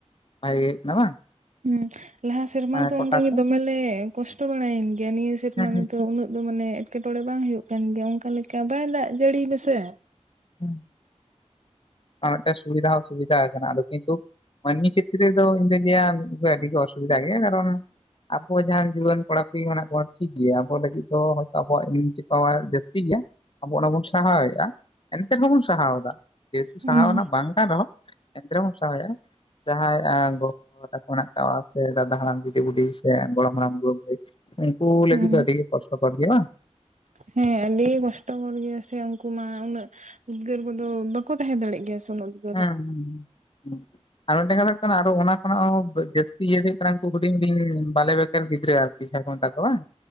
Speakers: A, on the left; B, on the right.
A: ᱵᱷᱟᱜᱮ ᱦᱳᱭᱳᱜ ᱠᱟᱱᱟ ᱵᱟᱝ?
B: ᱦᱩᱸ। ᱞᱟᱦᱟ ᱥᱮᱨᱢᱟ
A: ᱢᱟᱱᱮ
B: ᱫᱚ
A: ᱠᱚᱴᱟ
B: ᱚᱱᱠᱟᱜᱮ
A: ᱠᱚ
B: ᱫᱚᱢᱮ ᱞᱮ ᱠᱚᱥᱴᱚ ᱵᱟᱲᱟᱭᱮᱱ ᱜᱮᱭᱟ ᱱᱤᱭᱟᱹ ᱥᱮᱨᱢᱟ
A: ᱦᱮᱸ
B: ᱨᱮᱫᱚ
A: ᱦᱮᱸ
B: ᱩᱱᱟᱹᱜ ᱫᱚ ᱢᱟᱱᱮ ᱮᱴᱠᱮᱴᱚᱬᱮ ᱵᱟᱝ ᱦᱩᱭᱩᱜ ᱠᱟᱱ ᱜᱮᱭᱟ ᱚᱱᱠᱟ ᱞᱮᱠᱟ ᱵᱟᱭ ᱫᱟᱜ ᱡᱟᱹᱲᱤᱭᱮᱫᱟ ᱥᱮ᱾
A: ᱦᱩᱸ᱾ ᱟᱨ ᱢᱤᱫᱴᱮᱡ ᱥᱩᱵᱤᱫᱟ ᱦᱚ ᱥᱩᱵᱤᱫᱟ ᱟᱠᱟᱱᱟ ᱟᱫᱚ ᱠᱤᱱᱛᱩ ᱢᱟᱹᱱᱢᱤ ᱠᱷᱮᱛᱨᱮ ᱨᱮ ᱫᱚ ᱤᱧ ᱫᱚᱧ ᱞᱟᱹᱭᱟ ᱟᱹᱰᱤ ᱜᱮ ᱚᱥᱩᱵᱤᱫᱟ ᱜᱮᱭᱟ, ᱠᱟᱨᱚᱱ ᱟᱠᱚ ᱡᱟᱦᱟᱱ ᱡᱩᱣᱟᱹᱱ ᱠᱚᱲᱟ ᱠᱩᱲᱤ ᱢᱮᱱᱟᱜ ᱠᱚᱣᱟ ᱴᱷᱤᱠ ᱜᱮᱭᱟ ᱟᱵᱚ ᱞᱟᱹᱜᱤᱫ ᱫᱚ ᱟᱵᱚᱣᱟᱜ ᱮᱢᱤᱭᱩᱱᱤᱴᱤ ᱯᱟᱣᱟᱨ ᱡᱟᱹᱥᱛᱤ ᱜᱮᱭᱟ᱾ ᱟᱵᱚ ᱚᱱᱟ ᱵᱚᱱ ᱥᱟᱦᱟᱣᱮᱜ-ᱟ, ᱮᱱᱛᱮ ᱨᱮᱦᱚᱸ ᱵᱚᱱ ᱥᱟᱦᱟᱣᱫᱟ ᱡᱮᱦᱮᱛᱩ
B: ᱦᱩᱸ
A: ᱥᱟᱦᱟᱣ ᱨᱮᱱᱟᱜ ᱵᱟᱝ ᱠᱟᱱ ᱨᱮᱦᱚᱸ᱾ ᱮᱚᱱᱨᱮᱦᱚᱢ ᱥᱟᱦᱟᱭᱮᱜ-ᱟ᱾ ᱡᱟᱦᱟᱸᱭ ᱜᱚᱵᱟ ᱛᱟᱠᱚ ᱢᱮᱱᱟᱜ ᱟᱠᱟᱫᱣᱟ ᱥᱮ ᱫᱟᱫᱟ ᱦᱟᱲᱟᱢ ᱫᱤᱫᱤ ᱵᱩᱰᱷᱤ ᱥᱮ ᱜᱚᱲᱚᱢ ᱦᱟᱲᱟᱢ ᱜᱚᱲᱚᱢ ᱵᱩᱰᱦᱤ᱾ ᱩᱱᱠᱩ ᱞᱟᱹᱜᱤᱫ
B: ᱦᱩᱸ
A: ᱫᱚ ᱟᱹᱰᱤᱜᱮ ᱠᱚᱥᱴᱚ ᱠᱚᱨ ᱜᱮᱭᱟ ᱵᱟᱝ?
B: ᱦᱮᱸ ᱟᱹᱰᱤ ᱠᱚᱥᱴᱚᱠᱚᱨ ᱜᱮᱭᱟ ᱥᱮ ᱩᱱᱠᱩ ᱢᱟ ᱩᱱᱟᱹᱜ ᱩᱫᱽᱜᱟᱹᱨ ᱠᱚᱫᱚ ᱵᱟᱠᱚ ᱛᱟᱦᱮᱸ ᱫᱟᱲᱮᱜ ᱜᱮᱭᱟ ᱥᱮ ᱩᱱᱟᱹᱜ ᱫᱚ ᱾
A: ᱦᱮᱸ ᱦᱩᱸ ᱦᱩᱸ᱾ ᱟᱨ ᱢᱮᱫᱴᱮᱱ ᱠᱟᱛᱷᱟᱜ ᱠᱟᱱᱟ ᱟᱨ ᱚᱱᱟ ᱠᱷᱚᱱᱟᱜ ᱦᱚᱸ ᱡᱟᱹᱥᱛᱤ ᱤᱭᱟᱹ ᱦᱩᱭᱩᱜ ᱠᱟᱱᱟ ᱩᱱᱠᱩ ᱦᱩᱰᱤᱧ ᱵᱤᱧ ᱵᱟᱞᱮ--᱾ ᱱᱮᱛᱟᱨ ᱜᱤᱫᱽᱨᱟᱹ ᱟᱨᱠᱤ ᱥᱮᱨ ᱠᱚ ᱢᱮᱛᱟ ᱠᱚ ᱵᱟᱝ